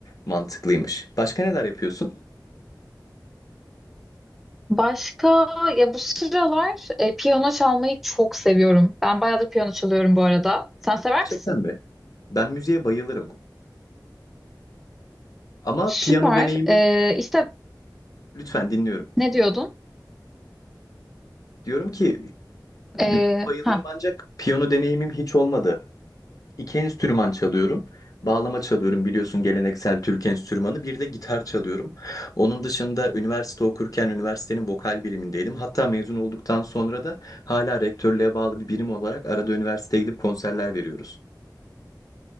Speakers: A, on the left (about 50°); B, in the centre.
A: Mantıklıymış. Başka neler yapıyorsun?
B: Başka ya bu sıralar e, piyano çalmayı çok seviyorum. Ben bayağıdır piyano çalıyorum bu arada. Sen sever
A: Gerçekten
B: misin?
A: mi? Ben müziğe bayılırım. Ama
B: Süper.
A: piyano deneyimim
B: E, işte
A: lütfen dinliyorum.
B: ne diyordun?
A: Diyorum ki
B: E,
A: müziğe bayılırım
B: ha.
A: ancak piyano deneyimim hiç olmadı. İki enstrüman çalıyorum. Bağlama çalıyorum biliyorsun geleneksel Türk enstrümanı. Bir de gitar çalıyorum. Onun dışında üniversite okurken üniversitenin vokal birimindeydim. Hatta mezun olduktan sonra da hala rektörlüğe bağlı bir birim olarak arada üniversiteye gidip konserler veriyoruz.